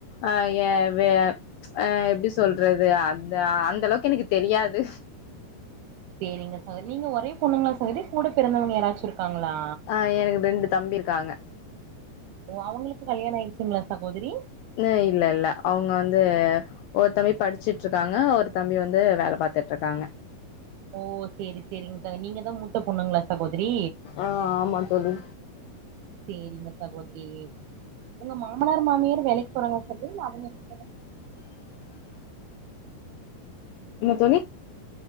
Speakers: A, on the left; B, on the right.
A: ஆ ஏ வே அ எப்டி சொல்றது அந்த அந்த அளவுக்கு எனக்குத் தெரியாது
B: சேரிங்க சகோகதி நீங்க ஒரே பொண்ணுங்களா சகோதரி கூடப் பிறந்தவங்க யாராச்சு இருக்காங்களா
A: ஆ எனக்கு ரெண்டு தம்பி இருக்காங்க
B: ஓ அவங்ளுக்கு கல்யாண ஆயிருச்சுங்களா சகோதரி
A: ம் இல்ல இல்ல அவங்க வந்து ஒரு தம்பி படுசிட்டு இருக்காங்க ஒரு தம்பி வந்து வேல பாத்துட் இருக்காங்க
B: ஓ சேரி சேரிங்க ச நீங்க தா மூத்த பொண்ணுங்ளா சகோதரி
A: ஆ ஆமா தோழி
B: சேரிங்க சகோதரி உங்க மாமனார் மாமியார் வேலைக்கு போறாங்ளா சகோத்ரி இல்ல அவுங்க <inaudible>
A: என்ன தோழி